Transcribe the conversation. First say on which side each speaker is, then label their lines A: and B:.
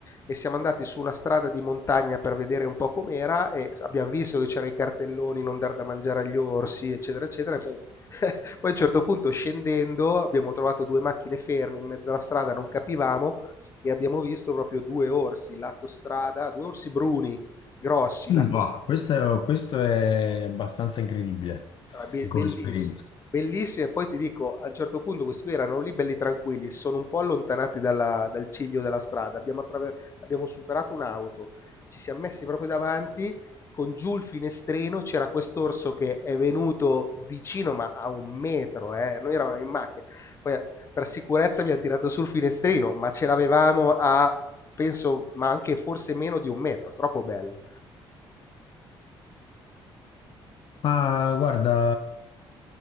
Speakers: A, on the left; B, on the left.
A: e siamo andati su una strada di montagna per vedere un po' com'era e abbiamo visto che c'erano i cartelloni non dar da mangiare agli orsi, eccetera, eccetera. e poi <laughs> poi a un certo punto scendendo abbiamo trovato due macchine ferme in mezzo alla strada, non capivamo, e abbiamo visto proprio due orsi lato strada, due orsi bruni grossi lato
B: Wow,
A: strada
B: questo, questo è abbastanza incredibile
A: Ah, be
B: come
A: bellissimi,
B: esperienza.
A: bellissimi e poi ti dico, a un certo punto questi qui erano lì belli tranquilli, si sono un po' allontanati dalla- dal ciglio della strada, abbiamo, attraver- abbiamo superato un'auto, ci siamo messi proprio davanti, con giù il finestrino c'era quest'orso che è venuto vicino ma a un metro, eh, noi eravamo in macchina, poi eh, per sicurezza abbiamo tirato sul finestrino, ma ce l'avevamo a, penso, ma anche forse meno di un metro, troppo bello.
B: Ma guarda,